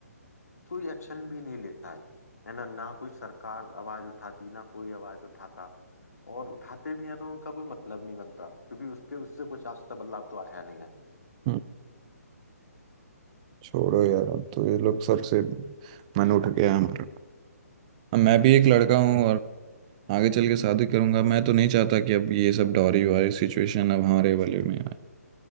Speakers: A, on the left (about 80°); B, on the right (about 25°).
A: कोई एक्शन भी नहीं लेता है है ना ना कोई सरकार आवाज उठाती ना कोई आवाज उठाता और उठाते भी हैं तो उनका कोई मतलब नहीं बनता क्योंकि उसके उससे कुछ आज तक बदलाव तो आया नहीं है
B: हम्म, छोड़ो यार अब तो ये लोग सबसे मन उठ गया है हमारा अब मैं भी एक लड़का हूँ और आगे चल के शादी करूंगा मैं तो नहीं चाहता कि अब ये सब डॉरी वारी सिचुएशन अब हमारे वाले में आए